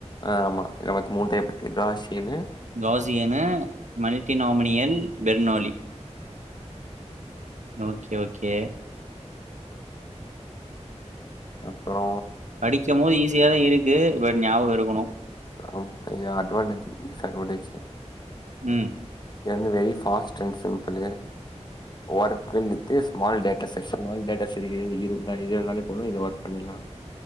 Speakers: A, on the left (about 40°); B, on the right (about 85°).
A: அ ஆமா இத வத் மூண் டைப் இக்கு காசியன்னு
B: காஜியன்னு மல்டிநாமினியல் பெர்னாலி ஓகே ஓகே
A: அப்புறோ
B: அடிக்கும் போது ஈஸியாதா இருக்கு பட் ஞாபகோ இருக்குணு
A: ஆம் ஐயா அட்னவான்டேஜ்‌ஜன் டிஸ்அட்வான்டேஜ்ஜு
B: ம்
A: எந்து very fast and simple work நித்திஸ் மால் டேட்டாசெஸ் ஸ்மாள் டேட்டா சே இரு இருந்தாலே இது வந்தாலே போது இது வர்க் பண்ணிக்லா